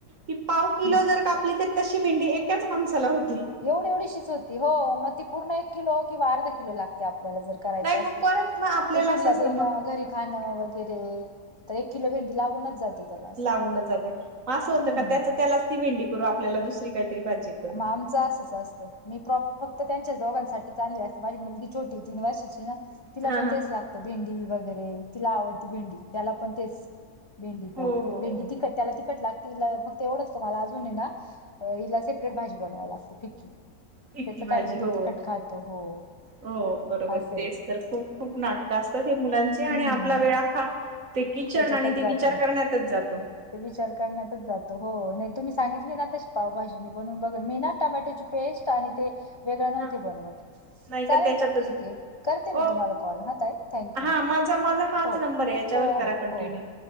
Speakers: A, on the right; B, on the left.
A: ती पाव किलो
B: हम्म.
A: जर कापली तर तशी भेंडी एकाच माणसाला होती.
B: एवढी एवढी शिच होती हो मग ती पूर्ण एक किलो किंवा अर्धा किलो ला आपल्याला ज कराय
A: नाही
B: असेििन
A: मग परत मग आपल्याला असं
B: लाण
A: असतं मग
B: घ खाणं वगैरे तर एक किलो भेंडी लागूनच जाते त्याला असं
A: लागवूनच जातेग असं होतं
B: हम्म
A: का त्याच त्यालाच ती भेंडी करू आपल्याला दुसरी काहीतरी भाजी करू.
B: मग आमचं असंच असतं मी प्रॉ फक्त त्यांच्याच दोघांसाठी चांलली असते माझी मुलगी छोटी तीन वर्ष म्ह तिला
A: हा
B: पण तेच लागत भेंडी वगैरे तिला आवडती भेंडी त्याला पण तेच भेंडी
A: हो
B: पोळी भेंडी तिखट त्याला तिखट लागतील फक्त एवढंच का मला अजूनही ना. हला सेपरेट भाजी बनवाव लाते फिक्की
A: ठिकी
B: त्याच
A: भाजी
B: काही नाही त
A: हो.
B: ती खट खातो हो
A: हो बरोबर
B: असंय.
A: तेच तर खूप खूप नाटक असतात हे मुलांचे आणि
B: हम्म
A: आपला वेळाखा ते किचन
B: त्याच्यातच
A: आणि ते
B: जातो
A: विचार करण्यातच जातो.
B: ते विचार करण्यातच जातो हो नाही तुम्ही सांगितली ना त्याची पावभाजी मी म्हणून बघल मी ना टमॅटोची पेस्ट आणि ते वेगळं नव्हते
A: हा
B: बनवत.
A: नाही
B: चालेल
A: का त्याच्यातच
B: मग ठीक आहे करते मी
A: ओ
B: तुम्हाला कॉल हता आहे थँक यू
A: हा माझा माझा हाच
B: हो
A: नंबर आहे याच्यावर
B: हो. हो
A: करा
B: हो
A: कंटिन्यू
B: हो